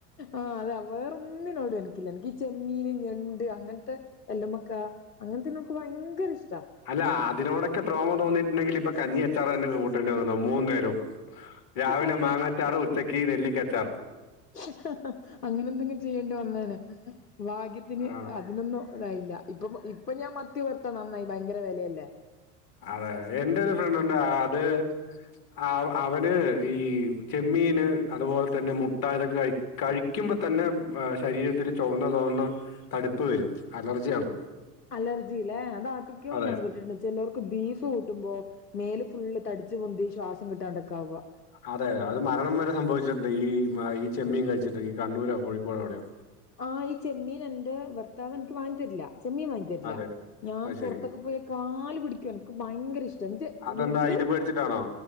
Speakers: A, on the left; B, on the left.
A: ആഹ അതെ വേറൊന്നിനോടും എനിക്കില്ല എനിക്ക് ചെമ്മീന് ഞണ്ട് അങ്ങനത്തെ കല്ലമ്മക്ക അങ്ങനത്തെ നമക്ക് ഭയങ്കര ഇഷ്ട
B: അല്ല അതിനോടൊക്കെ ട്രോമ തോന്നിട്ടുണ്ടെങ്കിൽ ഇപ്പ കഞ്ഞിയ ച്ചാറ് തന്നെ കൂട്ടേണ്ടി വന്നേന മൂന്നു നേരം രാവിലെ
A: അതെ
B: മാങ്ങാച്ചാറ് ഉച്ചക്ക് നെല്ലിക്കച്ചാറ്
A: <unintelligible> അങ്ങനെ എന്തെങ്കി ചെയ്യേണ്ടി വന്നേനെ ഭാഗ്യത്തിന്
B: ആ.
A: അതിനൊന്നും ഇതായില്ല ഇപ്പ ഇപ്പൊ ഞാൻ മത്തി വർത്ത നന്നായി ഭയങ്കര വെ ലയല്ലേ
B: അതെഎന്റൊരു ഫ്രണ്ടുണ്ട് അത് ആഹ് അവന് ഈ ചെമ്മീന് അതുപോലെ തന്നെ മുട്ട ഇതൊക്കെ കഴി കഴിക്കുമ്പോ തന്നെ ശരീരത്തിൽ ചുവന്ന തിവർന്ന തടുപ്പ് വരും അലർജിയാണ്
A: അലർജില്ലേ അതാർക്കൊക്കെയോ
B: അതെ
A: ഞാൻ കേിട്ടിട്ടുണ്ട് ചിലോ ർക്ക് ബീഫ് കൂട്ടുമ്പോ മേല് ഫുള്ള് തടിച്ച് പൊന്തി ശ്വാസം കിട്ടാണ്ടൊക്കെയാവുക
B: അതെതെ അത് മരണം വരെ സംഭവിച്ചിട്ടു ണ്ട് ഈ ഈ ചെമ്മീൻ കഴിച്ചിട്ട് ഈ കണ്ണൂരോ കോഴിക്കോടോ എ വിടെയോ
A: ആഹ് ഇ ചമ്മീൻ എന്റെ ഭർത്താവ് എനിക്ക് വാങ്ങി തരില്ല ചെമ്മീൻ വാങ്ങി ത രില്ല
B: അതെ
A: ഞാൻ
B: അത്
A: പുറത്തൊക്കെ
B: ശരി
A: പോയ കാല് പിടിക്കും എനിക്ക് ഭയങ്കര ഇഷ്ട എന്നിട്ട്
B: അതെന്താ
A: വീട്ടില്
B: ഇത് പേടിച്ചിട്ടാണോ